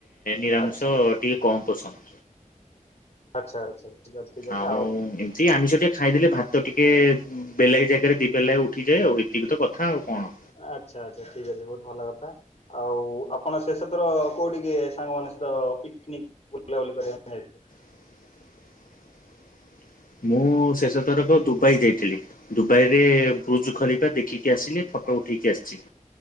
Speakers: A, on the left (about 80°); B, on the left (about 50°).
A: ନିରାମିଷ
B: ଆଚ୍ଛା
A: ଟିକେ କମ ପସନ୍ଦ
B: ଆଚ୍ଛା ଆଚ୍ଛା। ଠିକ୍ ଅଛି ଠିକ୍ ଅଛି
A: ଆଉ ଏମିତି ଆମିଷ ଟେ ଖାଇଦେଲେ ଭାତ ତ ଟିକେ ବେଲାଇ ଜାଗାରେ ଦି ବେଳା ଉଠିଯାଏ ଆଉ ଏତିକି ତ କଥା ଆଉ କଣ।
B: ଆଚ୍ଛା ଆଚ୍ଛା ଠିକ୍ ଅଛି ବହୁତ ଭଲ କଥା ଆଉ ଆପଣ ଶେଷଥର କୋଉଠିକେ ସାଙ୍ଗମାନଙ୍କ ସହିତ ପିକନିକ୍ ବୁଲାବୁଲି କରିବା ପାଇଁ ଯାଇଥିଲେ।
A: <unintelligible> ମୁଁ ଶେଷ ତରକ ଦୁବାଇ ଯାଇଥିଲି ଦୁବାଇରେ ବ୍ରୁଜ ଖଲିଫା ଦେଖିକି ଆସିଲି। ଫଟୋ ଉଠେଇକି ଆସିଛି।